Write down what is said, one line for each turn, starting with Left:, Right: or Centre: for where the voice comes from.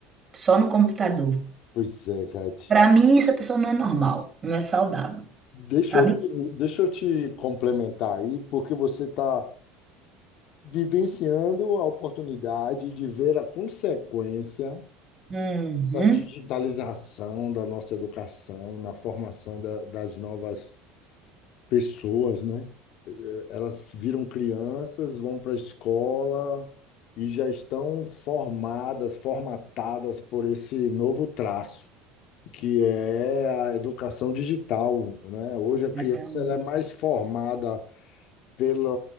Right: só no computador.
Left: Pois é, Kate.
Right: Pra mim, essa pessoa não é normal, não é saudável,
Left: Deixa
Right: sabe?
Left: eu, deixa eu te complementar aí, porque você está vivenciando a oportunidade de ver a consequência
Right: Uhum.
Left: dessa digitalização da nossa educação na formação da- das novas pessoas, né? elas viram crianças, vão para a escola e já estão formadas, formatadas por esse novo traço, que é a educação digital, né? Hoje
Right: Exatamente.
Left: a criança ela é mais formada pela,